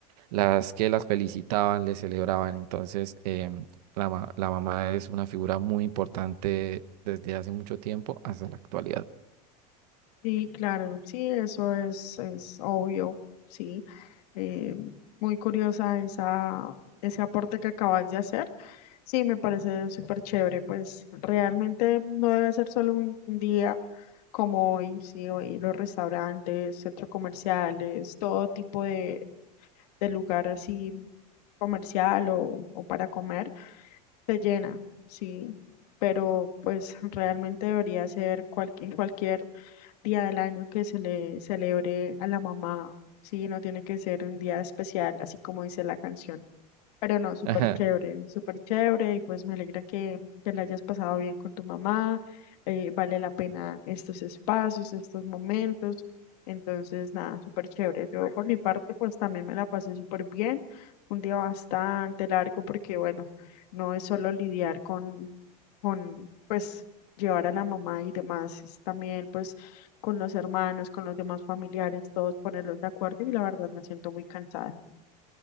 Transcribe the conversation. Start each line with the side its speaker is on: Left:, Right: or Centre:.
Right: las que las felicitaban, les celebraban. Entonces, em, la, ma- la mamá es una figura muy importante desde hace mucho tiempo hasta la actualidad.
Left: Sí, claro, sí, eso es, es obvio, sí. Eh, muy curiosa esa, ese aporte que acabas de hacer. Sí, me parece súper chévere, pues realmente no debe ser solo un, un día como hoy, sí, hoy los restaurantes, centros comerciales, todo tipo de, de lugar así comercial o, o para comer, se llena, sí, pero pues realmente debería ser cual- en cualquier día del año que se le celebre a la mamá, sí, no tiene que ser un día especial, así como dice la canción. Pero no, súper
Right: Ajá.
Left: chévere, súper chévere y pues me alegra que te la hayas pasado bien con tu mamá. eh, vale la pena estos espacios, estos momentos. Entonces, nada, súper chévere. Yo por mi parte, pues también me la pasé súper bien. Un día bastante largo porque, bueno, no es solo lidiar con, con, pues, llevar a la mamá y demás, es también, pues, con los hermanos, con los demás familiares, todos ponerlos de acuerdo y la verdad me siento muy cansada.